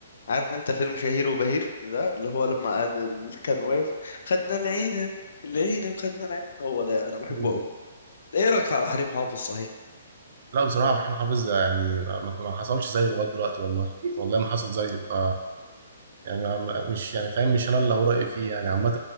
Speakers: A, on the left; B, on the right.
A: عارف انت فيلم شهير وبهير ده اللي هو لما قعد- اللي كان واقف خدنا العنب العنب خدنا العنب هو ده انا بحبه
B: مم.
A: قوي ايه رأيك في عبد الحليم حافظ صحيح
B: لا بصراحة محمود حافظ يعني ما ما- ما حصلش زيه لغاية دلوقتي والله والله ما حصل زيه ف يعني ما- مش يعني فاهم مش انا اللي هو رأيي فيه يعني عامة